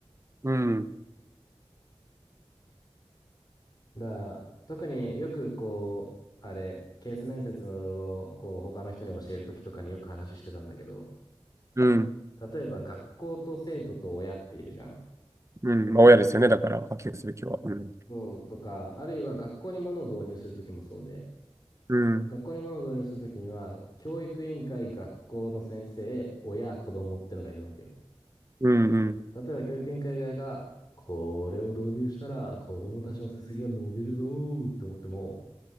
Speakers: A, on the right (about 30°); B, on the left (about 40°).
A: うん、
B: だから特によくこう、あれ、ケース面接をこう他の人に教えるときとかによく話してたんだけど、
A: うん。
B: 例えば学校と生徒と親っているじゃん。
A: うんまあ、親ですよね。だから、波及すべきは。うん、
B: そうとか、あるいは学校に物を導入するときもそうで、
A: うん、
B: 学校に物を導入するときには、教育委員会、学校の先生、親、子供ってのがいるわけよ。
A: うん、うん、
B: 例えば教育委員会側が、これを導入したら子供たちの成績が伸びるぞーって思っても、